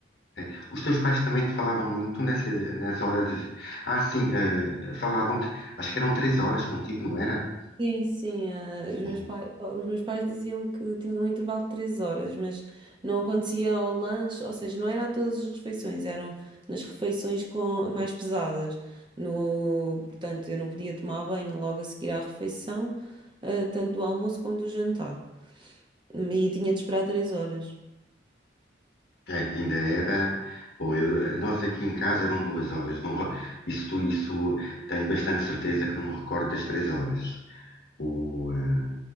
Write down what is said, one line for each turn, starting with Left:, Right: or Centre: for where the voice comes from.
Left: É. Os teus pais também te falavam muito nessa, nas horas. de- Ah, sim, eh, falavam-te. Acho que eram três horas contigo, não era?
Right: Sim, sim, eh, os
Left: Hum,
Right: meus pais, os meus pais diziam que tinham um intervalo de três horas, mas não acontecia ao lanche, ou seja, não era a todas as refeições, eram nas refeições com, mais pesadas. No, portanto, eu não podia tomar banho logo a seguir à refeição, eh, tanto do almoço como do jantar. E tinha de esperar três horas.
Left: É, ainda era. Bom, eu- eh, nós aqui em casa eram duas horas. Não, re- isso, isso tenho bastante certeza que não me recordo das três horas. O, eh,